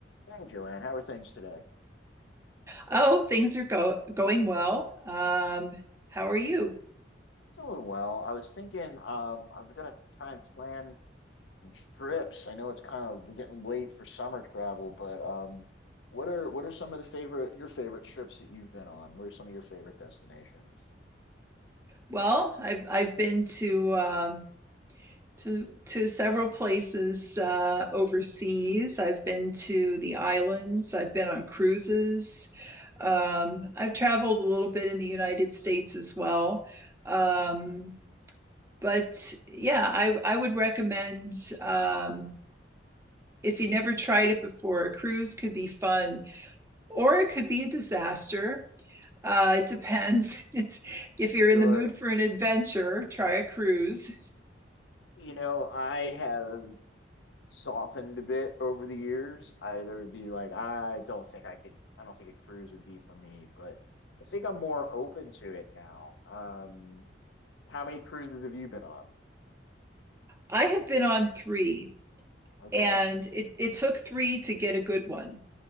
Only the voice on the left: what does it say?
Hey Joanne, how are things today?
Doing well. I was thinking um I'm gonna try and plan some trips. I know it's kind of we're getting late for summer travel, but um what are what are some of the favorite your favorite trips that you've been on? What are some of your favorite destinations?
Sure.
You know, I have softened a bit over the years. I either would be like, I don't think I could I don't think a cruise would be for me, but I think I'm more open to it now. Um, how many cruises have you been on?
Okay.